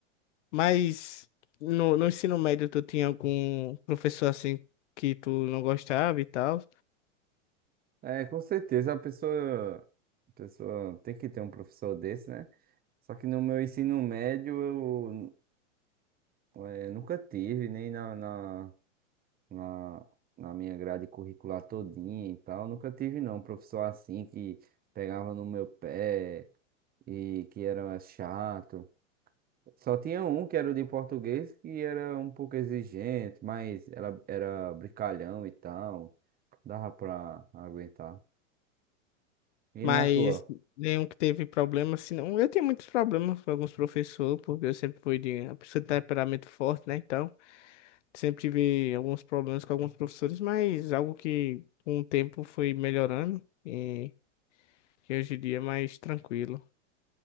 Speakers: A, on the left; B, on the right.
A: mas no, no ensino médio, tu tinha algum professor assim que tu não gostava e tal?
B: É, com certeza a pessoa, a pessoa tem que ter um professor desse, né? Só que no meu ensino médio eu, eh, nunca tive, nem na, na- na, na minha grade curricular todinha e tal. Nunca tive, não, um professor assim que pegava no meu pé e que era chato. Só tinha um que era o de português que era um pouco exigente, mas era, era brincalhão e tal. Dava pra aguentar.
A: Mas
B: E na tua?
A: nenhum que teve problema, senão eu tenho muitos problemas com alguns professores, porque eu sempre fui de uma pessoa de temperamento forte, né? Então, sempre tive alguns problemas com alguns professores, mas algo que com o tempo foi melhorando e que hoje em dia é mais tranquilo.